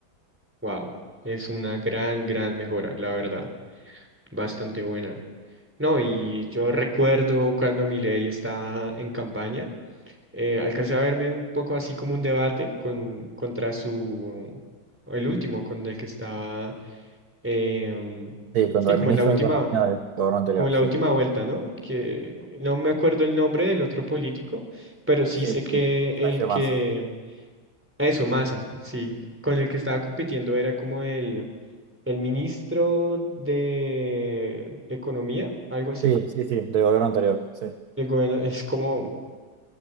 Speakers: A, in the centre; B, on the right.
A: Wow, es una gran, gran mejora, la verdad. Bastante buena. No, y yo recuerdo cuando mi ley estaba en campaña, eh, alcancé a verme un poco así como un debate con, contra su, el último, con el que estaba, em,
B: Sí, contra
A: sí, como
B: el ministro
A: en la última,
B: de Economía del gobierno anterior,
A: como en la
B: sí.
A: última vuelta, ¿no? Que no me acuerdo el nombre del otro político, pero sí
B: Sí,
A: sé que
B: sí,
A: el
B: Sergio
A: que
B: Massa.
A: eso, Massa, sí. Con el que estaba compitiendo era como el, el ministro de Economía, algo así.
B: Sí, sí, sí, del gobierno anterior, sí.
A: El gobierno es como,